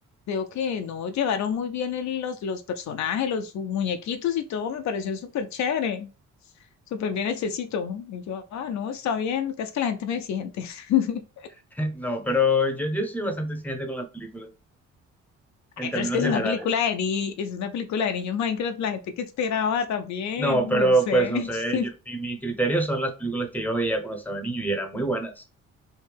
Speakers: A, on the left; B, in the centre.
A: veo que no llevaron muy bien el- los, los personajes, los muñequitos y todo, me pareció súper chévere, súper bien hechecito. Y yo, ah, no, está bien, es que la gente es muy exigente. <laughs>
B: <laughs> No, pero yo, yo soy bastante exigente con las películas, en
A: Ay,
B: términos
A: pero es que es
B: generales.
A: una película de ni, es una película de niños Minecraft, la gente que esperaba también,
B: No, pero
A: no sé.
B: pues no
A: <laughs>
B: sé, yo, mi, mi criterio son las películas que yo veía cuando estaba niño y eran muy buenas.